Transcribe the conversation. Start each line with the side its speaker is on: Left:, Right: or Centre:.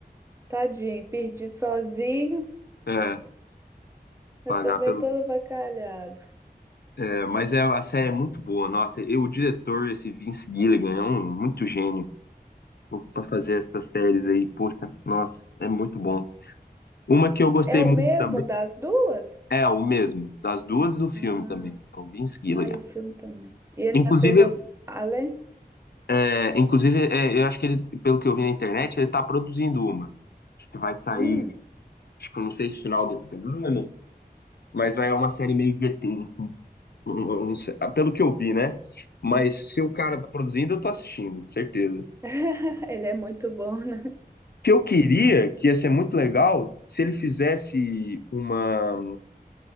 Right: tadinho, perdi sozinho.
Left: É,
Right: Eu
Left: pagar
Right: também
Left: pelo
Right: todo avacalhado.
Left: É, mas é, a série é muito boa, nossa. E o diretor, esse Vince Gilligan, é um muito gênio para fazer essas séries aí. Poxa, nossa, é muito bom. Uma que eu gostei
Right: É o
Left: muito
Right: mesmo
Left: também
Right: das duas?
Left: é o mesmo, das duas do filme
Right: Ah.
Left: também, é o Vince Gilligan.
Right: Ah, e o filme também. E ele
Left: Inclusive,
Right: já fez algum... além?
Left: é, inclusive é, eu acho que ele, pelo que eu vi na internet, ele tá produzindo uma. Acho que vai sair,
Right: Hum.
Left: acho que eu não sei se final desse ano, mas vai é uma série meio GT, assim. Eu não sei, pelo que eu vi, né? Mas se o cara
Right: Ah.
Left: tá produzindo, eu tô assistindo, de certeza.
Right: <laughs> Ele é muito bom, né?
Left: que eu queria, que ia ser muito legal, se ele fizesse uma,